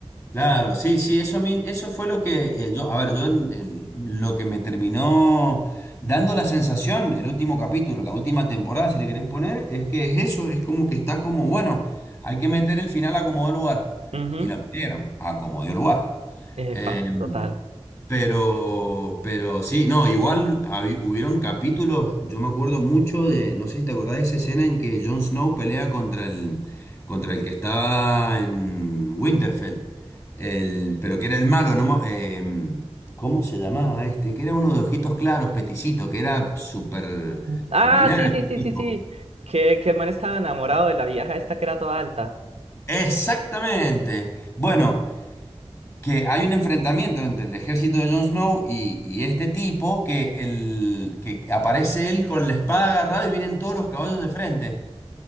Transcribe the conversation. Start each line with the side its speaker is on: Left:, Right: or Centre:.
Left: claro, sí, sí, eso, a mí- eso fue lo que, eh, yo, a ver, yo, en el- lo que me terminó dando la sensación, el último capítulo, la última temporada, si le querés poner, es que es eso, es como que está como, bueno, hay que meter el final a como dio lugar,
Right: Ujú.
Left: y lo metieron a como dio lugar.
Right: Epa,
Left: Eh,
Right: total.
Left: Pero, pero sí, no, igual habi- hubieron capítulos, yo me acuerdo mucho de, no sé si te acordás de esa escena en que Jon Snow pelea contra el, contra el que estaba en Winterfell, el, pero que era el malo, ¿no? mo- em, ¿cómo se llamaba este? Que era uno de ojitos claros, peticito, que era súper
Right: Mm. Ah,
Left: sanguinario.
Right: sí, sí, sí,
Left: tipo.
Right: sí, sí. Que, que el man estaba enamorado de la vieja esta que era toda alta.
Left: Exactamente. Bueno, que hay un enfrentamiento entre el ejército de Jon Snow y, y este tipo que, el, que aparece él con la espada agarrada y vienen todos los caballos de frente.